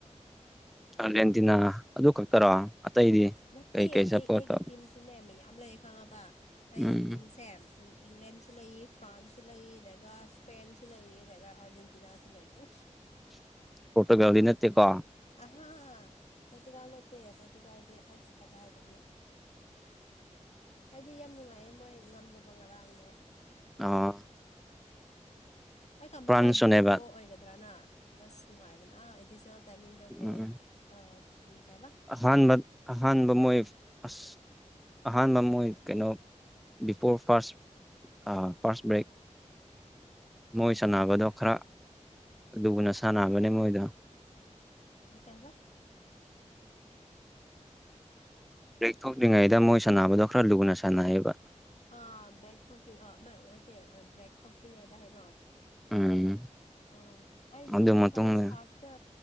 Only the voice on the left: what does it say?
ꯅꯠꯇꯦ
ꯑꯩ ꯑꯩꯒꯤ
ꯇꯤꯝꯁꯨꯅꯦ ꯃ ꯌꯥꯝ ꯂꯩ ꯈꯪꯉꯕ ꯑꯩ
ꯇꯤꯝꯁꯦ ꯇꯦꯝ ꯏꯪꯂꯦꯟꯁꯨ ꯂꯩ ꯐ꯭ꯔꯥꯟꯁꯁꯨ ꯂꯩ ꯗꯦꯒ ꯁ꯭ꯄꯦꯟꯁꯨ ꯂꯩꯔꯤ ꯗꯦꯒ ꯑꯥꯔꯖꯦꯟꯇꯤꯅꯥꯁꯨ ꯂꯩꯔꯤ꯫
ꯑꯍꯥꯥ ꯄꯣꯔꯇꯨꯒꯥꯜ ꯅꯠꯇꯦ ꯄꯣꯔꯇꯨꯒꯥꯜꯗꯤ ꯑꯁ ꯀꯗꯥꯏꯗꯒꯤ꯫ ꯍꯥꯏꯗꯤ ꯌꯥꯝ ꯅꯨꯡꯉꯥꯏꯌꯦ ꯃꯣꯏ ꯉꯝꯗꯕ ꯉꯔꯥꯡꯗꯣ
ꯑꯩ ꯀꯝꯕ
ꯃꯣꯏ ꯗ꯭ꯔꯣ ꯑꯣꯏꯒꯗ꯭ꯔꯅ ꯑꯁ ꯅꯨꯡꯉꯥꯏꯕꯅ ꯑꯦꯗꯤꯁꯅꯦꯜ ꯇꯥꯏꯃꯤꯡꯗ ꯒꯣꯜ
ꯎ ꯀꯥꯏꯕ
ꯑꯍꯥ
ꯎꯝ ꯀꯩꯕ꯫
ꯑ ꯕ꯭ꯔꯦꯛ ꯊꯣꯛꯇ꯭ꯔꯤ ꯑ ꯅꯠꯇꯦ ꯕ꯭ꯔꯦꯛ ꯊꯣꯛꯇ꯭ꯔꯤꯉꯩꯗ ꯍꯥꯏꯔꯣ
ꯑꯣ ꯑꯩꯗꯤ
ꯐꯥꯔꯁ ꯍꯥꯐꯇ